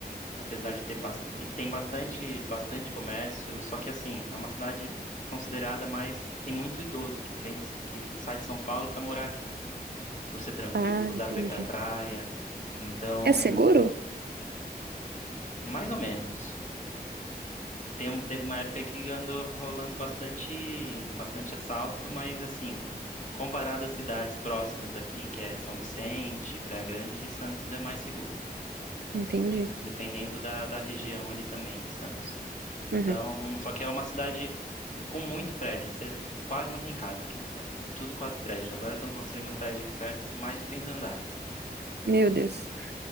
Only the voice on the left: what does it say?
apesar de ter bas- e tem bastante bastante comércio, só que assim, é uma cidade considerada mais tem muito idoso que vem que sai de São Paulo pra morar aqui, por ser tranquilo,
por
dar pra ir pra praia. Então,
mais ou menos. Tem- um, teve uma época que andou rolando bastante, bastante assalto, mas assim, comparado às cidades próximas daqui, que é São Vicente, Praia Grande, Santos é mais seguro,
dependendo da, da região ali também de Santos. Então,
só que é uma cidade com muito prédio, você quase não tem casa aqui, é tudo quase prédio. Agora estão construindo um prédio aqui perto de mais de 30 andares.